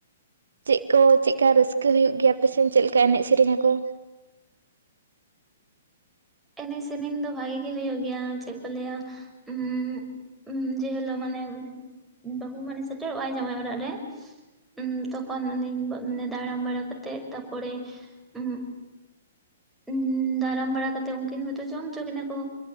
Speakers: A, on the right (about 65°); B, in the centre.
A: ᱪᱮᱫ ᱠᱚ ᱪᱮᱫᱠᱟ ᱨᱟᱹᱥᱠᱟᱹ ᱦᱩᱭᱩᱜ ᱜᱮᱭᱟ ᱟᱯᱮ ᱥᱮᱱ ᱪᱮᱫ ᱞᱮᱠᱟ ᱮᱱᱮᱡ ᱥᱮᱨᱮᱧ ᱟᱠᱚ?
B: ᱮᱱᱮᱡ ᱥᱮᱨᱮᱧ ᱫᱚ ᱵᱷᱟᱜᱮ ᱜᱮ ᱦᱳᱭᱳᱜ ᱜᱮᱭᱟ ᱪᱮᱫ ᱠᱚ ᱞᱟᱹᱭᱟ ᱩᱸᱜ ᱩ, ᱡᱮ ᱦᱤᱞᱳᱜ ᱢᱟᱱᱮ ᱵᱟᱹᱦᱩ ᱢᱟᱱᱮ ᱥᱮᱴᱮᱨᱚᱜᱼᱟᱭ ᱡᱟᱶᱟᱭ ᱚᱲᱟᱜ ᱨᱮ, ᱩᱸ ᱛᱚᱠᱷᱚᱱ ᱩᱱᱤ ᱢᱟᱱᱮ ᱫᱟᱲᱟᱢ ᱵᱟᱲᱟ ᱠᱟᱛᱮᱜ ᱛᱟᱨᱯᱚᱲᱮ ᱩᱸᱜ ᱩᱸᱻ ᱫᱟᱨᱟᱢ ᱵᱟᱲᱟ ᱠᱟᱛᱮ ᱩᱱᱠᱤᱱ ᱦᱚᱭᱛᱳ ᱡᱚᱢ ᱦᱚᱪᱚ ᱠᱤᱱᱟ ᱠᱚ,